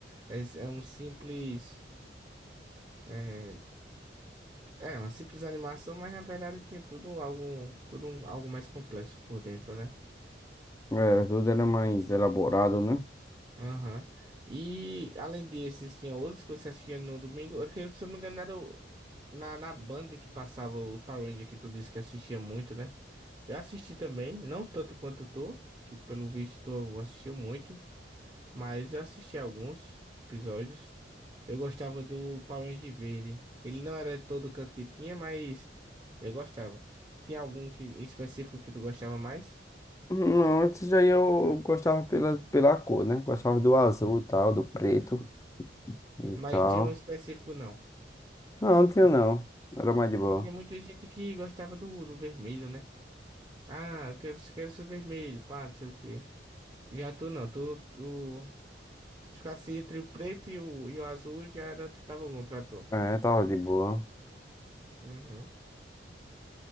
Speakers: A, on the right (about 25°); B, on the left (about 20°).
A: é, s- é um simples, é, é uma simples animação, mas na verdade tinha tudo algo, tudo um- algo mais complexo por dentro, né?
B: Era, tudo era mais elaborado, né?
A: Aham. E além desses, tinha outros que você assistia no domingo, é que se eu não me engano na, na Band que passava o Power Ranger que tu disse que assistia muito, né? Eu assisti também, não tanto quanto tu, que pelo visto tu assistiu muito, mas eu assisti alguns episódios. Eu gostava do Power Ranger Verde. Ele não era todo canto que tinha, mas eu gostava. Tinha algum que, em específico que tu gostava mais?
B: Não, antes daí eu gostava pela, pela cor, né? Gostava do azul e tal, do preto e
A: Mas
B: tal.
A: tinha um específico não.
B: Não, não tinha
A: Assim,
B: não. Era mais de boa.
A: porque tinha muita gente que gostava do, do vermelho, né? Ah, eu quero, quero ser o vermelho, pá, não sei o quê. Já tu não, tu, tu Se ficasse entre o preto e o, e o azul, já era, tava bom pra tu.
B: É, tava de boa.
A: Uhum.